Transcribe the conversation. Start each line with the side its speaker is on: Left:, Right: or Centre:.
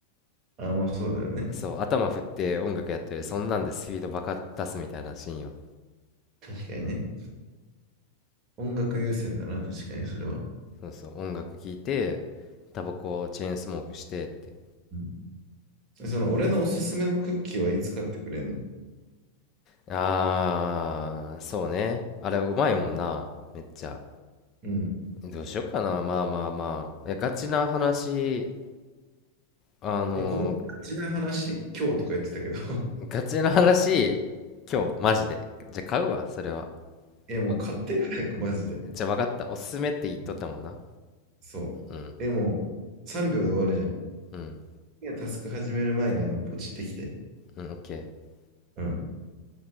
Right: ああ、まあそうだよね。
Left: そう頭振って音楽やってるそんなんでスピードバカ出すみたいなシーンよ
Right: 確かにね。音楽優先だな、確かにそれは。
Left: そうそう音楽聴いてタバコをチェーンスモークしてって
Right: うん。その、俺のおすすめのクッキーはいつ買ってくれんの
Left: あーそうねあれうまいもんなめっちゃ
Right: うん。うん。
Left: どうしよっかなまあまあまあいやガチな話あの
Right: え、このガチな話、今日とか言ってたけど、
Left: ーガチな話今日マジでじゃ買うわそれは
Right: <laughs> えもう買って早く、
Left: お
Right: マジで。
Left: じゃわかったおすすめって言っとったもんな
Right: うんそう。
Left: うん
Right: え、もう3秒で終わるじゃん。
Left: うん
Right: いや、タスク始める前にあの、ポチってきて。
Left: うんオッケー
Right: うん。